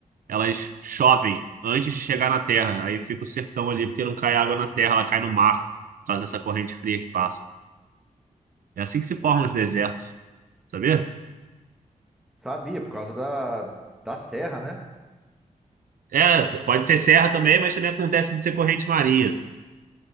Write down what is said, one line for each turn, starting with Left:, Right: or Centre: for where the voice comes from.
Right: elas chovem antes de chegar na terra. Aí fica o sertão ali porque não cai água na terra, ela cai no mar por causa dessa corrente fria que passa. É assim que se formam os desertos, sabia?
Centre: Sabia, por causa da, da serra, né?
Right: É, pode ser serra também, mas também acontece de ser corrente marinha.